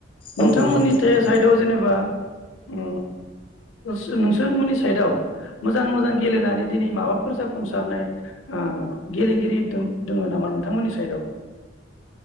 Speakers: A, on the left; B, on the left.
A: नोंथांमोननि
B: औ नंगौ नोंथां
A: थे साइदआव जेनेबा उम उम नोंसोरमोननि साइदआव मोजां मोजां गेलेनानै दिनै माबाफोर जाफुंसारनाय ओ गेलेगिरि दोङो नामा नोंथांमोननि साइदआव